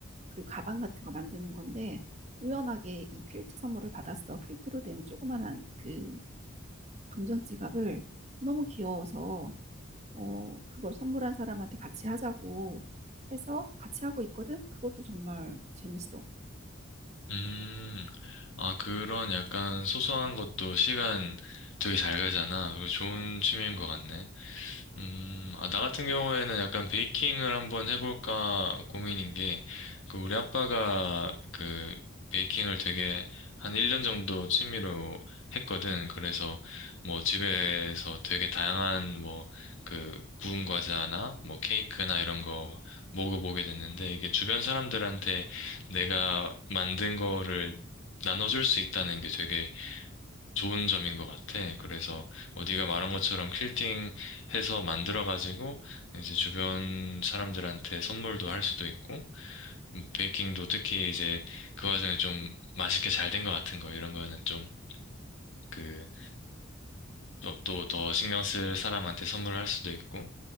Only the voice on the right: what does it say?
그리고 가방 같은 거 만드는 건데 우연하게 이 퀼트 선물을 받았어. 퀼트로 된 조그만한 그 동전 지갑을 너무 귀여워서 어 그걸 선물한 사람한테 같이 하자고 해서 같이 하고 있거든. 그것도 정말 재밌어.